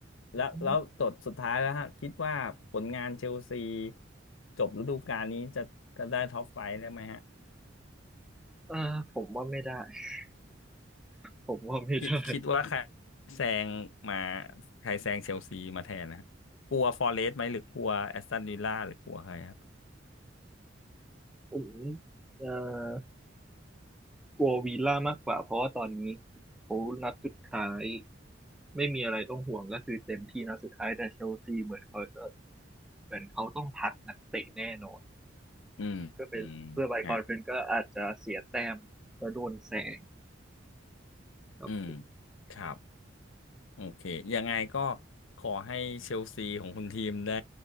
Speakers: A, on the left (about 85°); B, in the centre.
A: แล้วแล้วตดสุดท้ายแล้วฮะคิดว่าผลงานเชลซี
B: งั้น
A: จบฤดูกาลนี้จะจะได้ท็อปไฟว์ได้ไหมฮะ
B: เอ่อผมว่าไม่ได้ <laughs> ผมว่าไม่ได้
A: คิดคิดว่าใครแซงมาใครแซงเชลซีมาแทนนะฮะกลัวฟอเรสต์ไหมหรือกลัวแอสตันวิลล่าหรือกลัวใครฮะ
B: ผมเอ่อกลัววีล่ามากกว่าเพราะว่าตอนนี้เขานัดสุดท้ายไม่มีอะไรต้องห่วงก็คือเต็มที่นัดสุดท้ายแต่เชลซีเหมือนเขาจะเหมือนเขาต้องพักนักเตะแน่นอน
A: อืมอืมฮะ
B: ก็เป็นเพื่อไปคอนเฟอเรนซ์ก็อาจจะเสียแต้มแล้วโดนแซงครับ
A: อืมครับ โอเค ยังไงก็ขอให้เชลซีของคุณทีมได้